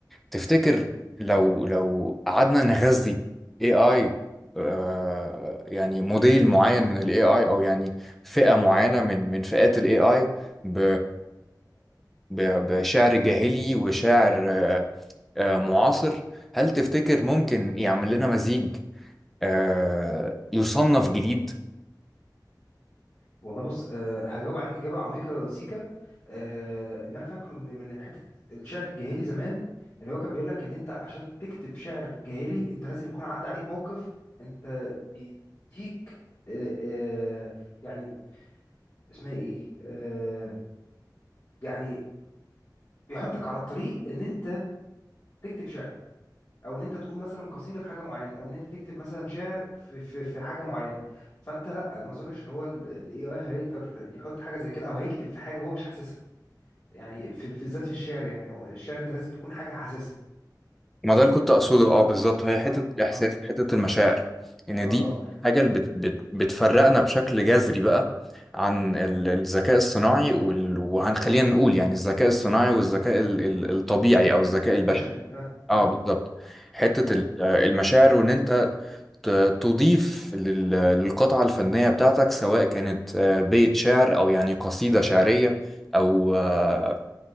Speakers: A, in the centre; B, on the left.
A: تفتكر لو لو قعدنا نغذي AI آه، يعني موديل معين من ال AI او يعني فئة معينة من من فئات ال AI ب ب- بشعر جاهلي وشعر آه، معاصر هل تفتكر ممكن يعمل لنا مزيج آه، يصنف جديد
B: والله بص أه هجاوب عليك اجابه عميقه سيكا أه اللي انا فاكره ان من حته الشعر الجاهلي زمان اللي هو كان بيقول لك ان انت عشان تكتب شعر جاهلي انت لازم يكون عدى عليك موقف انت بيديك أه أه يعني اسمها ايه أه يعني بيحطك على الطريق ان انت تكتب شعر او ان انت تقول مثلا قصيده في حاجه معينه او ان انت تكتب مثلا شعر في في في حاجه معينه فانت لا ما اظنش ان هو الاي اي هيقدر يحط حاجه زي كده او هيكتب في حاجه هو مش حاسسها يعني في في- بالذات في الشعر يعني هو الشعر انت لازم تكون حاجه حاسسها
A: ما ده اللي كنت اقصده اه بالظبط هي حته
B: اه
A: الاحساس
B: اه
A: حته المشاعر ان
B: اه
A: دي
B: اه
A: حاجه اللي بت بت بتفرقنا بشكل جذري بقى عن ال- الذكاء الصناعي وال... وهنخلينا نقول يعني الذكاء الصناعي والذكاء ال- ال- الطبيعي او الذكاء البشري
B: البشري اه
A: اه
B: اه
A: بالظبط حته
B: اه
A: ال- آه، المشاعر وان انت ت- تضيف لل- للقطعة الفنية بتاعتك سواء كانت آه، بيت شعر أو يعني قصيدة شعرية أو آه،